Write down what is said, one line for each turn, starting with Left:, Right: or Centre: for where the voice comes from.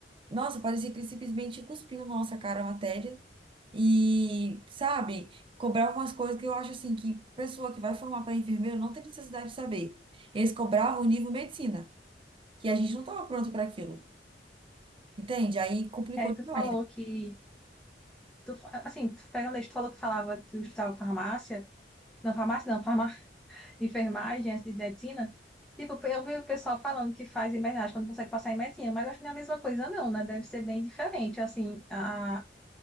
Right: nossa, parecia que ele simplesmente cuspiu na nossa cara a matéria e, sabe, cobrar algumas coisas que eu acho assim que pessoa que vai formar para enfermeiro não tem necessidade de saber. Eles cobravam o nível medicina, que a gente não estava pronto para aquilo. Entende? Aí complicou
Centre: É, tu
Right: demais.
Centre: falou que, tu, fa- assim, tu pegando isso, tu falou que falava que eu estudava farmácia. Não, farmácia não, enfermagem, antes de medicina, tipo, eu vi o pessoal falando que faz enfermagem quando consegue passar em medicina, mas acho que não é a mesma coisa não, né? Deve ser bem diferente, assim, a,